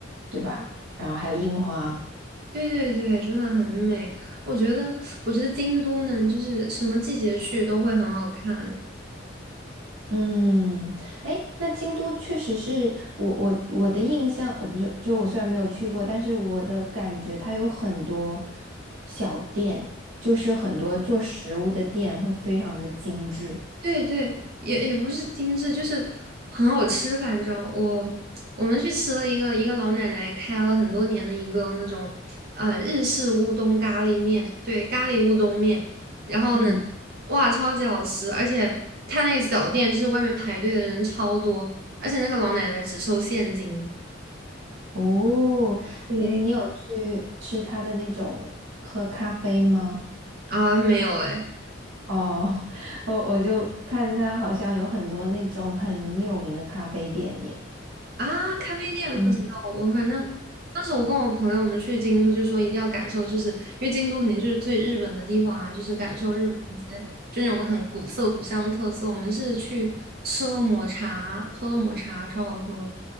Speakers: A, on the right; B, on the right.
A: 对吧？然后还有樱花。
B: 对对对，真的很美。我觉得，我觉得京都呢，就是什么季节去都会很好看。
A: 嗯，哎，那京都确实是我我我的印象，我不是，就我虽然没有去过，但是我的感觉它有很多小店，就是很多做食物的店会非常的精致。
B: 对对，也也不是精致，就是很好吃。反正我我们去吃了一个一个老奶奶开了很多年的一个那种呃日式乌冬咖喱面，对，咖喱乌冬面。然后呢，
A: 嗯，
B: 哇，超级好吃！而且他那个小店就是外面排队的人超多，而且那个老奶奶只收现金。
A: 哦，
B: 对
A: 嗯，你有去吃它的那种喝咖啡吗？
B: 啊，没有哎，
A: 哦，<laughs> 我我就看它好像有很多那种很有名的咖啡店耶。
B: 啊，咖啡店不知道，
A: 嗯，
B: 我反正当时我跟我朋友我们去京都，就说一定要感受，就是因为京都肯定就是最日本的地方啊，就是感受日本的一些就那种很古色古香的特色。我们是去吃了抹茶，喝了抹茶，超好喝。